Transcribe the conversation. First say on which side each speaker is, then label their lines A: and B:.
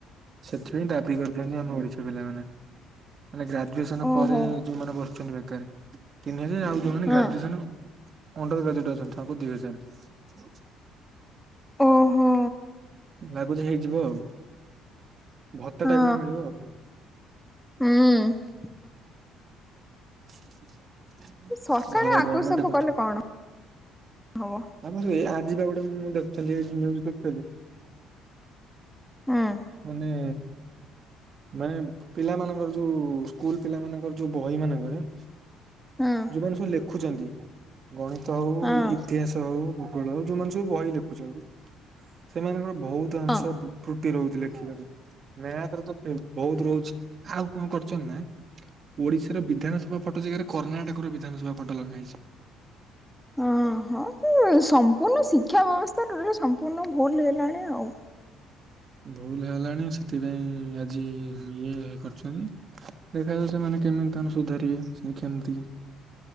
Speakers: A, on the right; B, in the centre.
A: ସେଥିପାଇଁ ଦାବି କରିଚନ୍ତି, ଆମ ଓଡିଶା ପିଲାମାନେ। ମାନେ, ଗ୍ରାଜୁଏସନ
B: ଓହୋ
A: ପରେ ଯୋଉ ମାନେ ବସୁଛନ୍ତି ବେକାରୀ ତିନି ହଜାର। ଆଉ ଯୋଉ ମାନେ
B: ହଁ
A: ଗ୍ରାଜୁଏସନ ଅଣ୍ଡର ଗ୍ରାଜୁଏଟ ଅଛନ୍ତି, ତାକୁ ଦୁଇ ହଜାର।
B: ଓହୋ।
A: ଲାଗୁଛି ହେଇଯିବ ଆଉ ଭତ୍ତା
B: ହଁ
A: ଟାଇପ ର ମିଳିବ ଆଉ।
B: ହୁଁ
A: ହଁ <unintelligible>
B: ସରକାର
A: ଧର
B: ଆକୁ
A: ଗମେଣ୍ଟ
B: ସବୁ
A: କଠୁ।
B: କଲେ କଣ ହବ
A: ଅମୁଲି ରେ ଆଜି ବା ଗୋଟେ ମୁଁ ଦେଖୁଥିଲି କଦେଖୁଥିଲି।
B: ହୁଁ
A: ମାନେ ମାନେ ପିଲା ମାନଙ୍କର ଯୋଉ ସ୍କୁଲ ପିଲା ମାନଙ୍କ ଙ୍କର ଯୋଉ ବହି ମାନଙ୍କରେ
B: ହଁ।
A: ଯୋଉମାନେ ସବୁ ଲେଖୁଚନ୍ତି। ଗଣିତ ହଉ,
B: ହଁ
A: ଇତିହାସ ହଉ, ଭୂଗୋଳ ହଉ, ଯୋଉମାନେ ସବୁ ବହି ଲେଖୁଛନ୍ତି। ସେମାନଙ୍କର ବହୁତ ଅଂଶ
B: ହଁ
A: ତୃଟି ରହୁଛି ଲେଖିବାରେ। ମ୍ୟାପରେ ତ ବହୁତ ରହୁଛି। ଆଉ କଣ କରୁଛନ୍ତି ନା ଓଡିଶାର ବିଧାନସଭା ଫଟୋ ଜାଗାରେ, କର୍ଣ୍ଣାଟକର, ବିଧାନସଭା ଫଟୋ ଲଗା ହେଇଛି।
B: ହଁ, ହଁ ସେ ସମ୍ପୂର୍ଣ୍ଣ ଶିକ୍ଷା ବ୍ୟବସ୍ଥା ସମ୍ପୂର୍ଣ୍ଣ ଭୁଲ୍ ହେଲାଣି ଆଉ।
A: ଭୁଲ ହେଲାଣି ସେଥିପାଇଁ ଆଜି ଇଏ କରିଚନ୍ତି। ଦେଖାଯାଉ ସେମାନେ କେମିତି ତାଙ୍କର ସୁଧାରିବେ ଶିକ୍ଷା ନିତି।